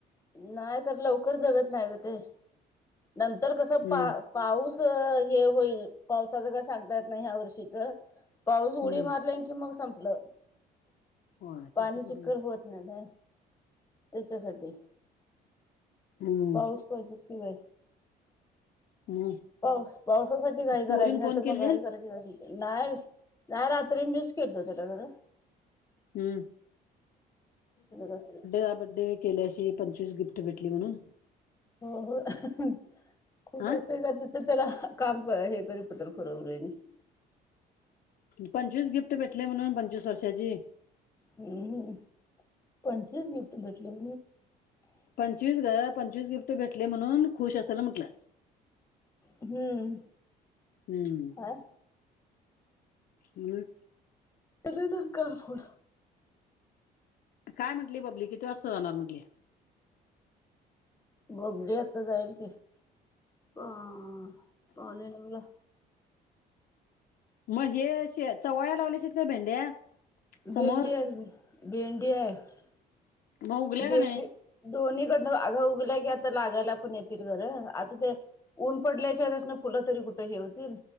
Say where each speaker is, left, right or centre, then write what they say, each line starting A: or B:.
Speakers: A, on the left; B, on the left.
A: नाही तर लवकर जगत नाही ग ते, नंतर कसं
B: हम्म
A: पा पाऊस हे होईल पावसाच काय सांगता येत नाही ह्या वर्षी तर. पाऊस
B: हम्म
A: उडी मारला की मग संपलं
B: होय तसं
A: पाणी
B: थोडी
A: चिककड
B: ना
A: होत नाही नाही त्याच्यासाठी
B: हम्म
A: पाऊस पाहिजे कि बाय
B: हम्
A: पाऊस पावसासाठी घाई करायची
B: पोरीन
A: नाही
B: फोन
A: तर
B: केले
A: मग घाई करायची ग. नाही नाही रात्री मिस केडत घरड
B: हम्म
A: रात
B: बर््डे केल्याशी पंचवीस गिफ्ट भेटली म्हणून
A: हो हो खुश
B: हा
A: अस कर. तर त्याला काम हे कर पत्र फरवलं नाही.
B: पंचवीस गिफ्ट भेटले म्हणून पंचवीस वर्षाची
A: हम् पणचेच गिफ्ट भेटले.
B: पंचवीस ग पंचवीस गिफ्ट भेटले म्हणून खुश असायला म्हटलं.
A: हम्म
B: हम्म
A: हा
B: ह
A: त ना कर फड
B: काय म्हटली बबली किती असं जाणार म्हटली.
A: बबडी आता जाईल की ह पाणी लावला.
B: मग हे चवळ्या लावल्याश का भेंड्या समोर
A: भेंडी आहे भेंडी आहे
B: मग उगल्या का
A: भेंडी
B: नाही
A: दोन्कडनं आगा उगल्या की आता लागायला पण येतील घरं आता ते ऊन पडल्याशिवायच ना फुलं तरी कुठं हे होतील.